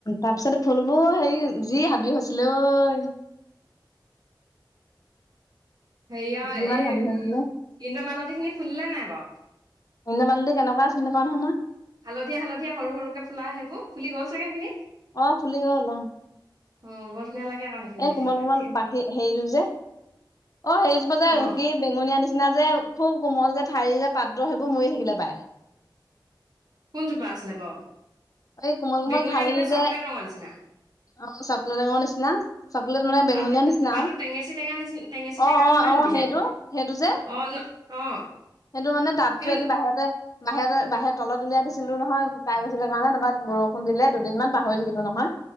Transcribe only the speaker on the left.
তাৰ পিছতে ফুলবোৰ হেৰি যি হাবি হৈছিলো ঐ
যিমান
হাবি হৈছিলে
ইন্দ্ৰমালতী কেনেকুৱা চিনি নেপাওঁ নহয় মই
অ ফুলি গ'ল অ
এ
কোমল কোমল বাকী হেৰিটো যে অ সেইজোপা যে
কি বেঙুনীয়া নিচি নিচিনা যে খুব কোমল যে ঠাৰি যে পাত্ৰ সেইবোৰ মৰি থাকিলে পায় ।
এই কোমল কোমল
ঠাৰি
যে
অ চকলেট ৰঙৰ নিচিনা । চকলেট মানে বেঙনীয়া
নিচিনা
আৰু
অ
অ অ
সেইটো সেইটো যে
সেইটো মানে টাবটো
এ বাহিৰতে বাহিৰত বাহিৰত তলত উলিয়াই দিছিলো নহয় শুকাই গৈছিলে । <unintelligible> বৰষুণ দিলে দুদিনমান পাহৰি থাকিলো নহয়